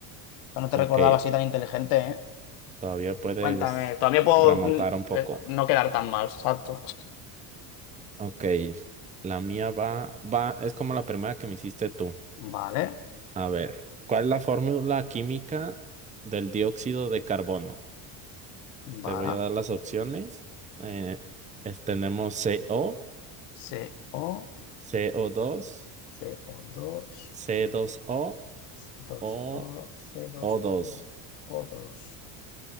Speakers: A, on the left; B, on the right.
A: No te
B: Ok,
A: recordaba así tan inteligente, ¿eh?
B: todavía puedes
A: Cuéntame, todavía puedo
B: remontar
A: mm,
B: un poco.
A: eh, no quedar tan mal, exacto.
B: Ok, la mía va, va, es como la primera que me hiciste tú.
A: Vale,
B: A ver, ¿cuál es la fórmula química del dióxido de carbono?
A: vale.
B: Te voy a dar las opciones. Eh, es- tenemos CO,
A: CO,
B: co dos,
A: CO2.
B: c dos o
A: c dos
B: o
A: o c dos
B: O2.
A: o dos